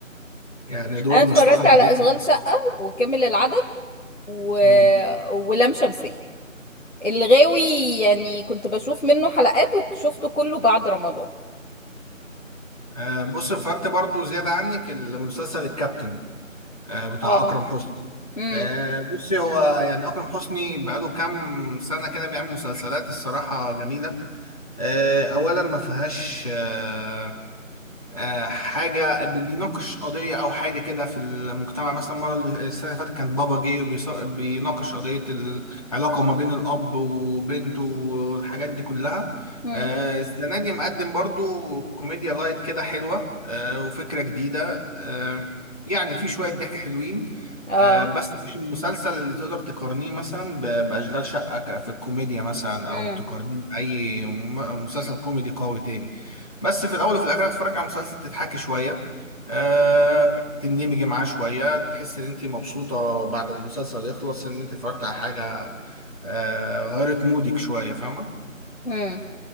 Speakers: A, on the left; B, on the left.
A: يعني دور
B: أنا اتفرجت
A: مصطفى غريب
B: على أشغال شقة وكامل العدد و...
A: امم
B: ولام شمسية الغاوي يعني كنت بشوف منه حلقات وشفته كله بعد رمضان
A: آه بص اتفرجت برضو زياده عنك المسلسل الكابتن آه بتاع
B: اه
A: اكرم حسني
B: امم
A: آه بصي هو يعني اكرم حسني بقاله كام سنه كده بيعمل مسلسلات الصراحه جميله آه اولا ما فيهاش آه آه، حاجة بي- بيناقش قضية أو حاجة كده في المجتمع مثلا مرة السنة اللي فاتت كان بابا جه وبيص- بيناقش قضية العلاقة ما بين الأب وبنته والحاجات دي كلها
B: امم
A: آه، السنة دي مقدم برضو كوميديا لايت كده حلوة آه، وفكرة جديدة آه، يعني في شوية ضحك حلوين
B: اه
A: آه، بس مش المسلسل اللي تقدر تقارنيه مثلا ب- بأشغال شقة ك- في الكوميديا مثلا
B: امم
A: أو تقارنيه بأي م- مسلسل كوميدي قوي تاني بس في الاول وفي الاخر هتتفرج على مسلسل تضحكي شويه آه تندمجي معاه شويه تحس ان انت مبسوطه بعد ما المسلسل يخلص ان انت اتفرجت على حاجه آه غيرت مودك شويه فاهمه
B: اه